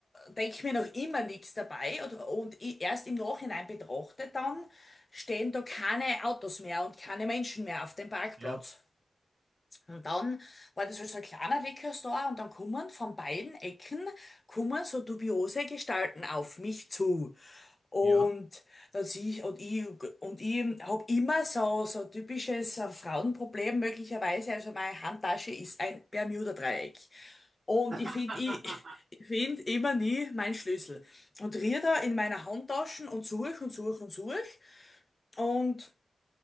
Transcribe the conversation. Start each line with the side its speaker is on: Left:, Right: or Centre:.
Left: Denk mir noch immer nichts dabei oder, und i- erst im Nachhinein betrachte dann, stehen da keine Autos mehr und keine Menschen mehr auf dem Parkplatz.
Right: ja,
Left: Und dann war das halt so ein kleiner Weckerstar und dann kommen von beiden Ecken kommen so dubiose Gestalten auf mich zu. Und
Right: ja.
Left: dann sehe ich, und ich, und ich habe immer so, so typisches äh, Frauenproblem möglicherweise. Also meine Handtasche ist ein Bermuda-Dreieck. Und ich finde,
Right: <laughs>
Left: ich, <laughs> ich finde immer nie meinen Schlüssel. Und rier da in meiner Handtasche und suche und suche und suche. Und